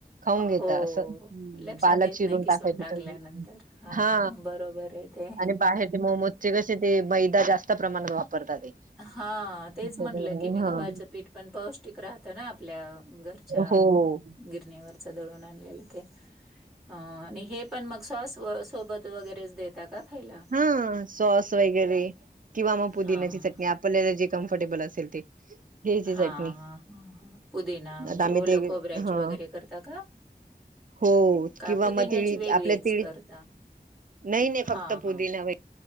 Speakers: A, on the right; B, in the centre.
A: खाऊन
B: हो.
A: घेता. असं
B: लक्षात
A: पालक
B: येत
A: चिरून
B: नाही किसून
A: टाकायचे
B: टाकल्यानंतर.
A: इथून
B: हां,
A: हा
B: बरोबर आहे काय?
A: आणि बाहेरचे मोमोजचे कसे ते मैदा जास्त प्रमाणात वापरतात ते.
B: हा तेच
A: त्याच्यामुळे
B: म्हटलं की मी गव्हाचं
A: हा
B: पीठ पण पौष्टिक राहत ना आपल्या घरच्या.
A: हो
B: गिरणीवरच दळून आणलेलं ते अ आणि हे पण मग सॉस सोबत वगैरेच देता का खायला?
A: ह सॉस वगैरे किंवा मग
B: हां.
A: पुदिनची चटणी आप आपल्याला जे कम्फर्टेबल असेल ते. घ्यायची
B: हा
A: चटणी
B: ह-ह पुदिना म्हणजे
A: आता आम्ही
B: ओलं
A: ते
B: खोबऱ्याची
A: हा
B: वगैरे करता का.
A: हो
B: का
A: किंवा
B: पुदिन्याची
A: मग तिळी
B: वेगळीच
A: आपल्या तिळी
B: करता?
A: नाही-नाही
B: हां,
A: फक्त पुदिना.
B: हां.